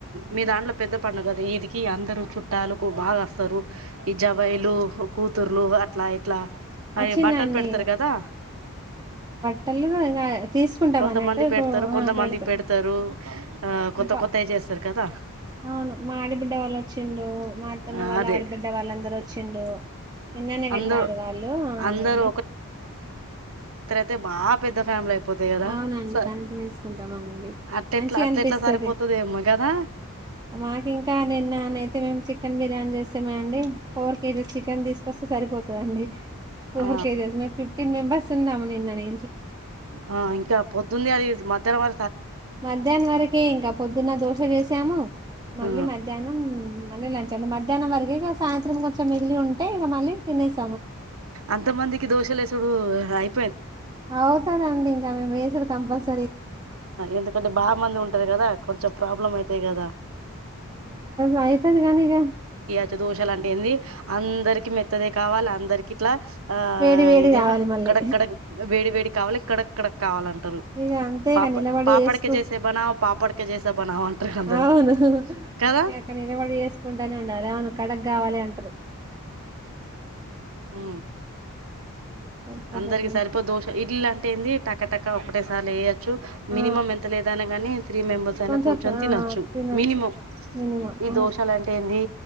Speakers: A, on the right (about 65°); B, on the right (about 20°).
A: మీ దాంట్లో పెద్ద పండుగ ది ఇదికి అందరు చుట్టాలకు బాగా వస్తారు ఈ జవాయిలు కూతుర్లు అట్లాయి అట్లా
B: వచ్చిందండి
A: అయ బట్టలు పెడతారు కదా
B: ట్టలు అ గా తీసుకుంటాం
A: కొంతమంది
B: అన్నట్టు
A: పెడతారు
B: ప
A: కొంతమంది
B: ఉ పెడుతు
A: పెడతారు ఆ కొత్త
B: బ
A: కొత్తవి చేస్తారు కదా
B: అవును మా ఆడబిడ్డ వాళ్ళు వచ్చిండు, మా అత్తమ్మ
A: ఆ
B: వాళ్ళు
A: అదే
B: ఆడబిడ్డ వాళ్ళందరూ వచ్చిండు, ఎన్ననే
A: అందరు
B: వెళ్ళారు వాళ్ళు అవునండి
A: అందరు తె బాప్ పెద్ద ఫ్యామిలీ అయిపోతాయి కదా
B: అవునండి
A: స
B: కనింటిన్ వేసుకుంటామనండి,
A: అట్టెట్లా
B: మంచి
A: అట్లెట్లా
B: అనిపిస్తుంది
A: సరిపోతదేమో కదా
B: మాకు ఇంకా నిన్ననైతే మేము చికెన్ బిర్యానీ చేస్తేమ అండి ఫోర్ కేజీస్ చికెన్ తీసుకొస్తే సరిపోతందండి ఫోర్
A: ఆ
B: కేజెస్మేం ఫిఫ్టీన్ మెంబర్స్ ఉన్నా నిన్న నే
A: ఆ ఇంకా పొద్దుంది అది మధ్యాహంర
B: మధ్యాహ్నం వరకే ఇంకా పొద్దున్న దోశ చేసాము మళ్ళీ
A: ఆ
B: మధ్యాహ్నం మ లంచ అం మధ్యా్ం వరకు ఇక సాయంత్రం కొంచె మిగిలి ఉంటే ఇ మళ్ళి తినేస్
A: అంత మందికి దోషలేసుడు అయి
B: అవుతదండి ఇంకా మేము మేసర్ కంపల్స
A: ఎందుకంటే బా మంది ఉంటారు కదా కొంచెం ప్రాబ్లం అయితాయి కదా
B: <inaudible> ఆయితది గానిగ
A: చ్చ దోషలు అంటే ఏంది అందరికీ మెత్తదే కావాలి అందరికి ఇట్లా ఆ
B: వేడి వేడి కావాలి
A: ఏదం
B: మళ్ళీ
A: క్కడ క్కడ వేడి వేడి కావాలి ఎక్కడెక్కడ కావాలంటారు
B: ఇగ అంతే
A: పాప
B: గా నిలబడి
A: పాపడకే
B: చేసుకు
A: చేసే బనావ్ పాపడకే చేసే బనావ్ అంటారు అందరు
B: అవును
A: కదా
B: ఏక నిలబడి చేసుకుంటానే ఉండాలి అవును కడగ్ కావాలి అంటారు
A: అ
B: తప్పదండి
A: అందరికి సర్ప దోష ఇల్లా ది టక టక్క ఒకటే సార్చ్చ
B: ఆ
A: మినిమం ఎంత లేదనగాని త్రీ మెంబర్స్ అయినా
B: కొంచెం
A: కూర్చొని
B: ఫ
A: తినొచ్చు
B: ఆ తినొచ్చు
A: మినిమం
B: మినిమం
A: ఈ
B: అవును
A: దోషాలుంటే ఏంది